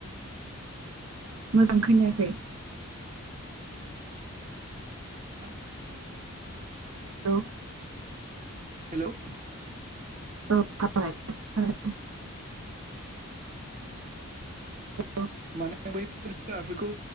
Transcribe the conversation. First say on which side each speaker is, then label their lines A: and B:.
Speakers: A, on the right (about 70°); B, on the right (about 35°).
A: मोजां खैनायाखै
B: ए <inaudible>
A: हेल'
B: हेल'
A: औ औ
B: माने बैफोर जुनारफोरखौ